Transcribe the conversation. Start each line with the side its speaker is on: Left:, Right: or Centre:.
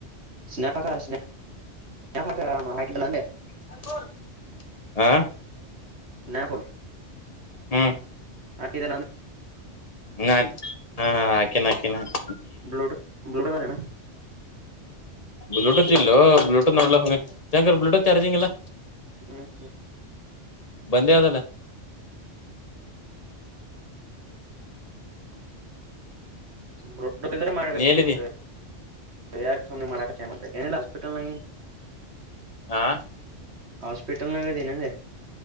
Right: ಸ್ನಾಪಕ ಸ್ ಸ್ನ್ಯಾಪ ಪಕ ಹಾಕಿದ್ದಲ್ಲ ಅಂದೇ
Left: ಹಕೋ ಹಾಂ
Right: ನ್ಯಾ ಬೋಲೋ
Left: ಹ್ಮ್
Right: ಹಾಕಿದೆ ನೀನು
Left: ಹ ಹಾ ಹಾ ಹಾಕಿನ ಹಾಕಿನ ನಾನ್
Right: ಬ್ಲೂಟೂತ್ ಬ್ಲೂಟೂತ್ ಹಾಕಣಾ
Left: ಬ್ಲೂಟೂತ್ ಇಲ್ಲೋ ಬ್ಲೂಟೂತ್ ನೋಡ್ಲಾಕ ಹೋಗಾ <unintelligible> ಬ್ಲೂಟೂತ್ ಚಾರ್ಜಿಂಗ್ ಇಲ್ಲಾ.
Right: <unintelligible>
Left: ಬಂದೇ ಆದಲ್ಲ.
Right: ಬ್ಲೂಟೂತ್ ಇದ್ರೆ ಮಾಡ್ಬೇಕಾಗಿತ್ತು
Left: ನೀ ಎಲ್ಲಿದಿ
Right: ಯಾಕ ಸುಮ್ನೆ ಮಾಡಕ ಹಚ್ಚಾಳ್ ಮತ್ತ್ ಅಕಿ ಏನಿಲ್ಲ ಹಾಸ್ಪಿಟಲ್ ನ
Left: ಹಾ
Right: ಹಾಸ್ಪಿಟಲ್ನಾಗ ಅದಿನ ಅಂದೆ.